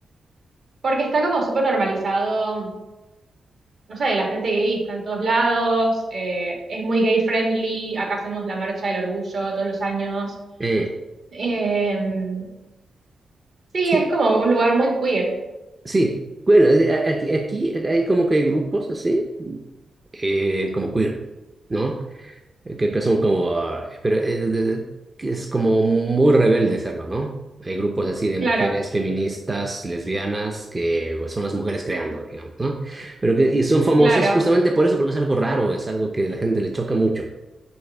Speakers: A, on the right (about 55°); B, on the right (about 15°).
A: porque está como súper normalizado, no sé, la gente gay está en todos lados, eh, es muy gay friendly, acá hacemos la marcha del orgullo todos los años.
B: Eh,
A: Eh, sí,
B: sí,
A: es como un lugar muy queer,
B: sí, bueno, eh, a- aquí, aquí hay como que hay grupos así, eh, como queer, ¿no? eh, que, que son como, ah, pero es, de- que es como muy rebelde serlo, ¿no? Hay grupos así de mujeres
A: claro,
B: feministas, lesbianas, que pues, son las mujeres creando, digamos, ¿no? Pero que, y son famosas
A: claro.
B: justamente por eso, porque es algo raro, es algo que a la gente le choca mucho.